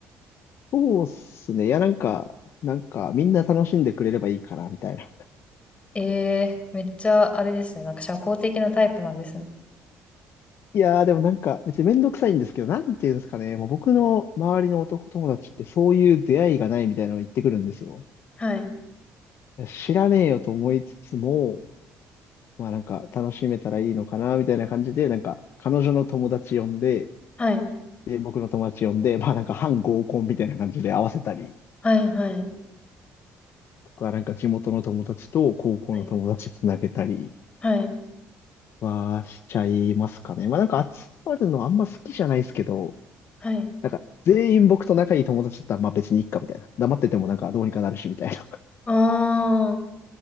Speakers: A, on the left; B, on the left.
A: そうっすね、いやなんか、なんかみんな楽しんでくれればいいかな、みたいな。
B: ええめっちゃあれですね。なんか社交的なタイプなんですね。
A: いやーでもなんか別にめんどくさいんですけど、なんていうんですかね、もう僕の周りの男友達ってそういう出会いがないみたいなの言ってくるんですよ。
B: はい。
A: いや知らねえよと思いつつも、まあなんか楽しめたらいいのかな、みたいな感じで、なんか彼女の友達呼んで、
B: はい。
A: で、僕の友達呼んで、<laughs> まあなんか半合コンみたいな感じで合わせたり
B: はい。はい。
A: とか、なんか地元の友達と高校の友達つなげたり
B: はい。はい。
A: はしちゃいますかね。まあなんか集まるのあんま好きじゃないですけど、
B: はい。
A: なんか全員僕と仲いい友達だったらまあ別にいっかみたいな。黙っててもなんかどうにかなるしみたいな。<laughs>
B: ああ。